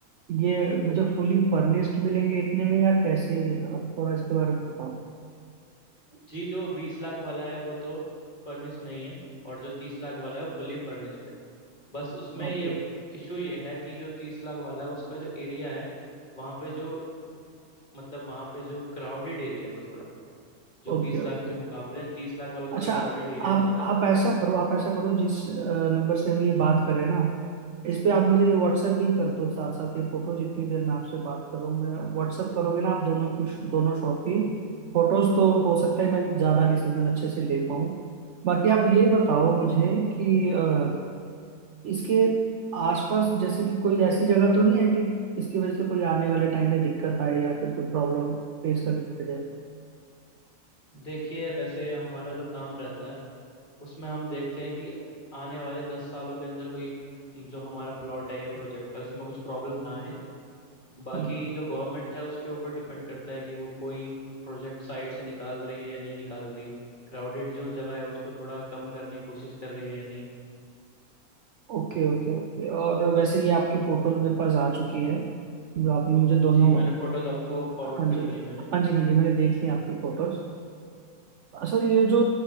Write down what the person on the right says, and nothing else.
ये मुझे फुली फर्निश्ड मिलेंगे इतने में या कैसे अ, थोड़ा इसके बारे में बताओ
Okay
okay
okay
अच्छा
आप
आप
ऐसा करो आप ऐसा करो जिस नंबर से हम ये बात करें ना इस पे आप मुझे ये व्हाट्सएप भी कर दो साथ साथ ये फोटो जितनी देर में आपसे बात कर रहा हूँ मैं व्हाट्सएप करोगे ना आप दोनों की दोनों शॉट की फोटोज तो हो सकता है मैं ज्यादा डिसीजन अच्छे से ले पाऊँ बाकी आप ये बताओ मुझे कि अ, इसके आसपास जैसे कि कोई ऐसी जगह तो नहीं है कि इसकी वजह से कोई आने वाले टाइम में दिक्कत आए या फिर कोई प्रॉब्लम फेस करनी पड़
जाए
Okay okay okay और वैसे ये आपकी फोटोज मेरे पास आ चुकी है जो आपने मुझे दोनों
हाँ
जी
हाँ जी हाँ जी मैंने देख ली आपकी फोटोज सर ये जो